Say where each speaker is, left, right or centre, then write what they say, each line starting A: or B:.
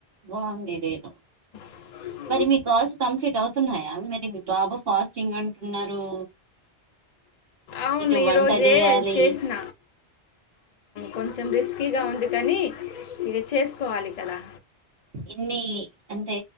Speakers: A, on the right; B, on the left.
A: బావుంది ఇదేదో.
B: అ
A: మరి మీ కాల్స్ కంప్లీట్ అవుతున్నాయా, మరి మీ బాబు ఫాస్టింగ్ అంటున్నారు.
B: అవున్
A: ఇటు
B: ఈరోజే
A: వంట చేయాలి
B: చేస్న. కొంచెం రిస్కీగా ఉంది కానీ, ఇగ చేస్కోవాలి కదా.
A: ఇన్ని, అంటే